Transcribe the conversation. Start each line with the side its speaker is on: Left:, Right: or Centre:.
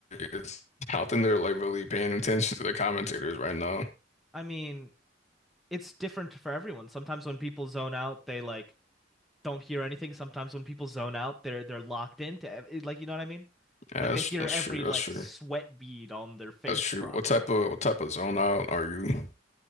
Left: is. I don't think they're like really paying attention to the commentators right now.
Centre: I mean, it's different for everyone. Sometimes when people zone out, they like don't hear anything. Sometimes when people zone out, they're they're locked into ev- like you know what I mean?
Left: Yeah,
Centre: Like
Left: that's
Centre: they hear
Left: that's
Centre: every
Left: true.
Centre: like
Left: That's true.
Centre: sweat bead on their face
Left: That's true.
Centre: drop
Left: What type
Centre: down.
Left: of what type of zone out are you?